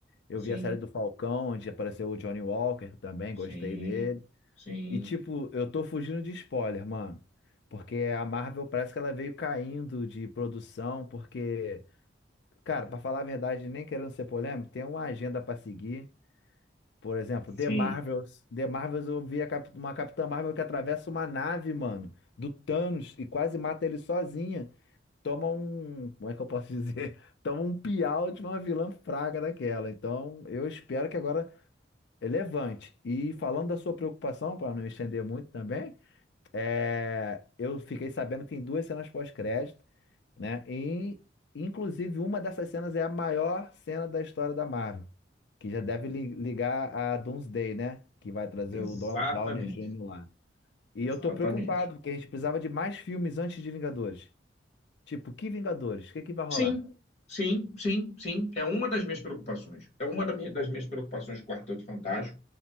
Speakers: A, on the left (about 65°); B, on the left (about 35°).
A: eu
B: Sim,
A: vi a série do Falcão, onde apareceu o Johnny Walker também,
B: sim,
A: gostei dele.
B: sim,
A: E tipo, eu tô fugindo de spoiler, mano. Porque a Marvel parece que ela veio caindo de produção, porque. Cara, pra falar a verdade, nem querendo ser polêmico, tem uma agenda pra seguir. Por exemplo, The
B: sim.
A: Marvels. The Marvels, eu vi a cap- uma Capitã Marvel que atravessa uma nave, mano, do Thanos e quase mata ele sozinha. Toma um. Como é que eu posso dizer? <laughs> Toma um piau de uma vilã fraca daquela. Então, eu espero que agora é levante. E falando da sua preocupação, pra não me estender muito também, é, eu fiquei sabendo que tem duas cenas pós-crédito né? E, inclusive, uma dessas cenas é a maior cena da história da Marvel, que já deve li- ligar a Doomsday, né? Que vai trazer
B: Exatamente,
A: o Dom- Downey Jr. lá. E
B: exatamente.
A: eu tô preocupado, porque a gente precisava de mais filmes antes de Vingadores. Tipo, que Vingadores? O que que vai rolar?
B: Sim, sim, sim, sim. É uma das minhas preocupações. É uma da minha- das minhas preocupações com o Quarteto Fantástico.